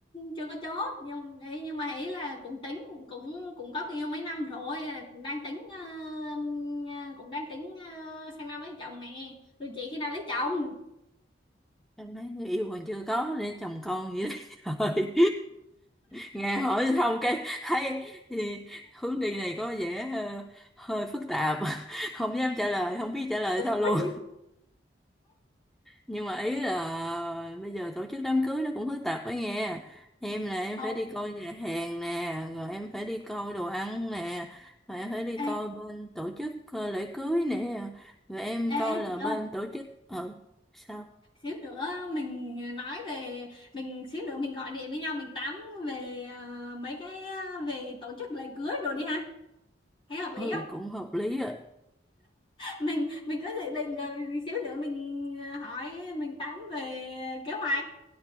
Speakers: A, on the left; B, in the centre.
A: chưa có chốt nhưng ý, nhưng mà ý là cũng tính cũng cũng có người yêu mấy năm rồi đang tính ờ, ờ, cũng đang tính ờ, sang năm lấy chồng nè rồi chị khi nào lấy chồng
B: Em mấy người yêu còn chưa có để chồng con vậy đó. <laughs> Trời, nghe hỏi xong cái thấy thì hướng đi này có vẻ ờ, hơi phức tạp. <laughs> Không dám trả lời, không biết trả lời
A: <laughs>
B: sao luôn. nhưng mà ý là bây giờ tổ chức đám cưới nó cũng phức tạp ấy nghe em là em
A: Ồ,
B: phải đi coi nhà hàng nè rồi em phải đi coi đồ ăn nè rồi em phải đi
A: ê,
B: coi bên tổ chức ờ, lễ cưới nè rồi em
A: ê,
B: coi
A: ê
B: là
A: chị
B: bên
A: ơi,
B: tổ chức ờ sao
A: xíu nữa mình nói về mình xíu nữa mình gọi điện với nhau mình tám về ờ, mấy cái ờ, về tổ chức lễ cưới rồi đi ha. Thấy hợp
B: ừ
A: lý không?
B: cũng hợp lý rồi
A: mình mình có dự định rồi mình- xíu nữa mình ờ, hỏi mình tán về kế hoạch